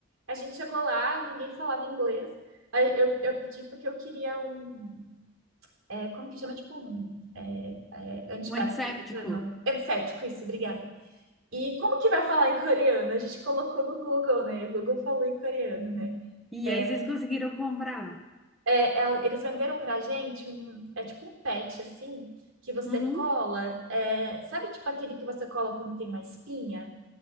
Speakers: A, on the right; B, in the centre.
A: A gente chegou lá, ninguém falava inglês. Aí Eu, eu pedi porque eu queria um. é, como que chama? Tipo um. É, é, antibacteriano?
B: Um antisséptico.
A: Antisséptico, isso, obrigada. E como que vai falar em coreano? A gente colocou no Google, né? O Google falou em coreano, né?
B: E
A: É,
B: aí vocês conseguiram comprar?
A: é, é, eles venderam pra gente um. É tipo um patch, assim, que você
B: Uhum,
A: cola. é, sabe, tipo aquele que você cola quando tem uma espinha?